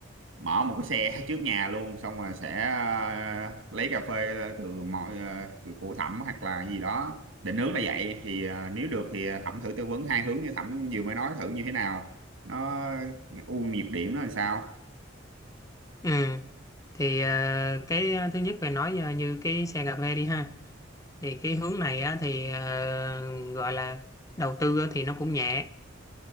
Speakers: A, on the right; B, on the left.
A: mở một cái xe <laughs> trước nhà luôn xong rồi sẽ ờ, lấy cà phê từ mọi ờ, từ của Thẩm hoặc là gì đó định hướng là vậy thì ờ, nếu được thì Thẩm thử tư vấn hai hướng như Thẩm vừa mới nói thử như thế nào nó ưu nhược điểm nó làm sao
B: Ừ. thì ờ, cái ờ, thứ nhất về nói như, như cái xe cà phê đi ha thì cái hướng này á, thì ờ, gọi là đầu tư á, thì nó cũng nhẹ